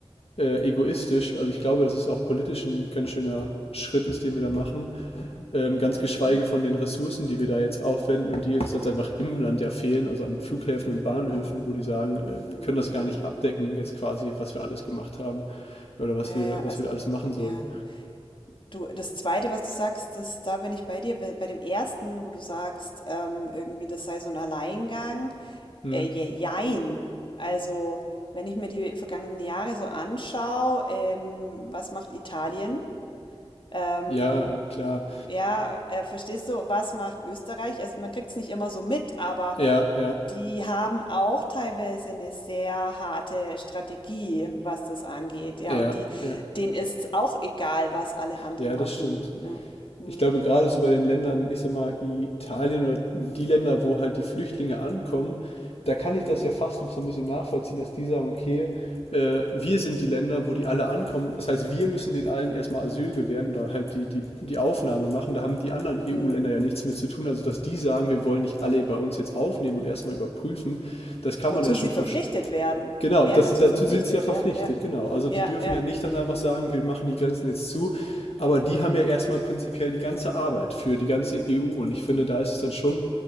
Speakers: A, on the left (about 80°); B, on the left (about 55°).
A: äh, egoistisch. Also ich glaube, dass es auch politisch ein ganz schöner Schritt ist, den wir da machen. Ähm, ganz
B: mm,
A: geschweige von den Ressourcen, die wir da jetzt aufwenden und die uns jetzt einfach im Land ja fehlen, also an Flughäfen und Bahnhöfen, wo die sagen, äh, wir
B: mm,
A: können das gar
B: mm,
A: nicht abdecken, jetzt quasi, was wir alles gemacht haben oder was
B: ja,
A: wir,
B: ja,
A: was
B: also,
A: wir da alles machen sollen.
B: ja. Du, das Zweite, was du sagst, das, da bin ich bei dir. Bei bei dem Ersten, wo du sagst, ähm, irgendwie, das sei so ein Alleingang.
A: Hm.
B: Äh, je- jein. Also, wenn ich mir die vergangenen Jahre so anschaue, ähm, was macht Italien? Ähm,
A: Ja, klar.
B: Ja, äh, verstehst du, was macht Österreich? Also man kriegt es nicht immer so mit, aber
A: Ja, ja,
B: die haben auch teilweise eine sehr harte Strategie, was das angeht. Ja,
A: ja,
B: und die,
A: ja.
B: denen ist auch egal, was alle anderen
A: Ja,
B: machen.
A: das stimmt.
B: Ja.
A: ich
B: Hm,
A: glaube, gerade so bei den Ländern, ich sag mal, Italien oder die Länder, wo halt die Flüchtlinge ankommen, da kann ich
B: hm,
A: das ja fast noch so ein bisschen nachvollziehen, dass die sagen, okay, äh, wir sind die Länder, wo die alle ankommen. Das heißt, wir müssen den allen erstmal Asyl gewähren oder halt die, die, die Aufnahme machen. Da haben die anderen EU-Länder
B: hm.
A: ja nichts mit zu tun. Also, dass die sagen, wir wollen nicht alle bei uns jetzt aufnehmen und erstmal überprüfen, das kann
B: Wozu
A: man ja
B: sie
A: schon
B: verpflichtet
A: verstehen
B: werden.
A: Genau,
B: Die wären
A: das,
B: dazu
A: dazu
B: verpflichtet.
A: sind sie ja verpflichtet,
B: Ja, ja,
A: genau. Also die
B: ja,
A: dürfen
B: ja.
A: ja nicht dann einfach sagen, wir machen die Grenzen jetzt zu, aber die
B: Hm,
A: haben ja erstmal prinzipiell die ganze Arbeit für die ganze EU und ich finde, da ist es dann schon,